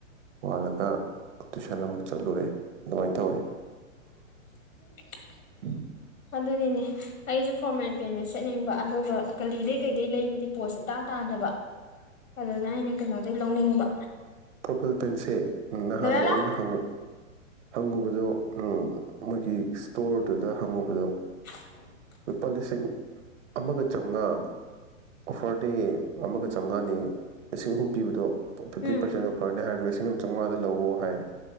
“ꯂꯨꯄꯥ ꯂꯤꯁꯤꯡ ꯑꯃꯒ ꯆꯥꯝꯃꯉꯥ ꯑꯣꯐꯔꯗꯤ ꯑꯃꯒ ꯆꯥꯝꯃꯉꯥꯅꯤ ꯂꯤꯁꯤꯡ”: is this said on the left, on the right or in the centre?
Right